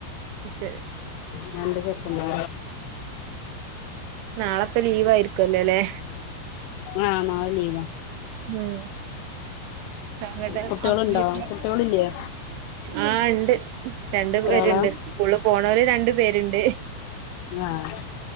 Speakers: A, on the right; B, on the left.
A: ശരി
B: ഞണ്ട് വെക്കുമ്പോ
A: നാളെപ്പ ലീവ് ആയിരിക്കല്ലോല്ലേ
B: ആഹ് നാളെ ലീവാ
A: ഉം അങ്ങട്ട്
B: കുട്ട്യോളുണ്ടോ
A: വീട്ടില്
B: കുട്ട്യോള് ഇല്ലേ
A: ആഹ് ഇണ്ട് രണ്ടു പേരുണ്ട്
B: ആളാ
A: സ്കൂളില് പോണോര് രണ്ടു പേരുണ്ട്
B: ആഹ്